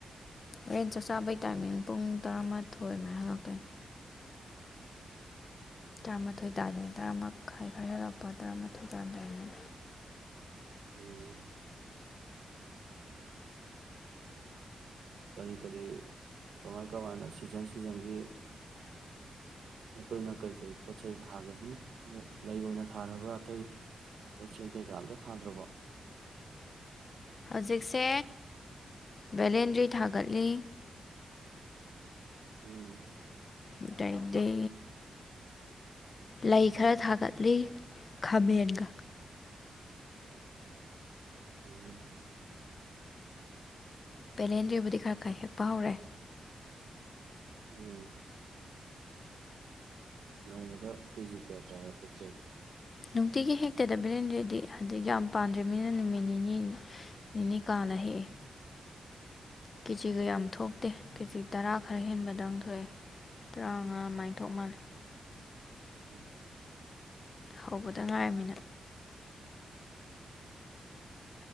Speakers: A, on the left; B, on the right.
A: ꯑꯩ ꯆꯥꯛ ꯆꯥꯕꯩ ꯇꯥꯏꯃꯤꯡ ꯄꯨꯡ ꯇꯔꯥꯃꯥ ꯊꯣꯏꯑꯦ ꯃꯥꯏ ꯍꯜꯂꯛꯇꯣꯏꯅꯤ ꯇꯔꯥꯃꯥꯊꯣꯏ ꯇꯥꯗꯣꯏꯅꯤ ꯇꯔꯥꯃꯥꯏ ꯈꯔ ꯍꯦꯜꯂꯛꯄ ꯇꯔꯥꯃꯥꯊꯣꯏ ꯇꯥꯔꯝꯗꯥꯏꯗꯅꯤ
B: ꯎꯝ ꯀꯔꯤ ꯀꯔꯤ ꯀꯃꯥꯏ ꯀꯃꯥꯏꯅ ꯁꯤꯖꯟ ꯁꯤꯖꯟꯒꯤ ꯃꯇꯨꯡꯣꯏꯅ ꯀꯩꯀꯩ ꯄꯣꯠ ꯆꯩꯩ ꯊꯥꯒꯦ ꯑꯗꯨꯝ ꯂꯩ ꯑꯣꯏꯅ ꯊꯥꯔꯕ꯭ꯔꯥ ꯑꯇꯩ ꯄꯣꯠ ꯆꯩ ꯀꯩꯀꯥ ꯑꯝꯇ ꯊꯥꯗ꯭ꯔꯕ
A: ꯍꯧꯖꯤꯛꯁꯦ ꯚꯦꯂꯦꯟꯗ꯭ꯔꯤ ꯊꯥꯒꯠꯂꯤ
B: ꯎꯝ
A: ꯑꯩꯗꯩꯗꯤ ꯂꯩ ꯈꯔ ꯊꯥꯒꯠꯂꯤ ꯈꯥꯃꯦꯟꯒ
B: ꯎꯝ
A: ꯄꯦꯂꯦꯟꯗ꯭ꯔꯤꯕꯗꯤ ꯈꯔ ꯈꯔ ꯍꯦꯛꯞꯄ ꯍꯧꯔꯦ
B: ꯑꯣ ꯅꯣꯡꯃꯗ ꯀꯔꯤꯁꯤ ꯀꯌꯥ ꯍꯥꯏꯇꯥꯔꯦ ꯍꯦꯀꯦ
A: ꯅꯨꯡꯇꯤꯒꯤ ꯍꯦꯛꯇꯗ ꯕꯦꯂꯦꯟꯗꯔ꯭ꯤꯗꯤ ꯍꯧꯖꯤꯛ ꯌꯥꯝ ꯄꯥꯗ꯭ꯔꯤꯕꯅꯤꯅ ꯅꯨꯃꯤꯠ ꯅꯤꯅꯤ ꯅꯤꯅꯤ ꯀꯥꯜꯂ ꯍꯦꯛꯑꯦ ꯀꯦꯖꯤꯒ ꯌꯥꯝ ꯊꯣꯛꯇꯦ ꯀꯦꯖꯤ ꯇꯔꯥ ꯈꯔ ꯍꯦꯟꯕꯗꯪ ꯊꯣꯛꯑꯦ ꯇꯔꯥꯃꯉꯥ ꯑꯗꯨꯃꯥꯏ ꯊꯣꯛ ꯃꯥꯜꯂꯦ
B: ꯎꯝ
A: ꯍꯧꯕꯗ ꯉꯥꯏꯔꯃꯤꯅ